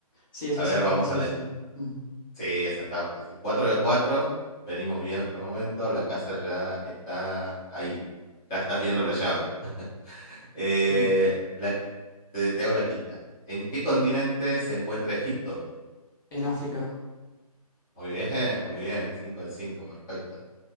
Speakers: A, on the left; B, in the centre.
A: Sí, esa
B: A ver,
A: sí estaba
B: vamos
A: sencilla.
B: a la
A: Ujú.
B: Sí, esa está fácil. 4 de 4, venimos bien hasta el momento, la casa ya está ahí, ya estás viendo la llave. Eh,
A: Uy,
B: la qui- te, te hago la quinta. ¿En qué continente se encuentra Egipto?
A: en África.
B: Muy bien, muy bien, 5 de 5, perfecto.